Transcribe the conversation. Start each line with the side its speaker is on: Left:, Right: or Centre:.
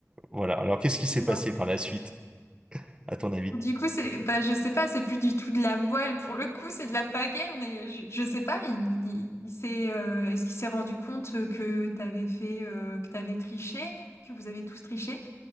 Right: voilà. Alors, qu'est-ce
Left: Excellent.
Right: qui s'est passé par la suite, à ton avis?
Left: Du coup, c'est, bah, je sais pas, c'est plus du tout de la voile. Pour le coup, c'est de la pagaie, mais je, je sais pas, il, il- il s'est, euh, est-ce qu'il s'est rendu compte que t'avais fait, euh, que t'avais triché, que vous avez tous triché,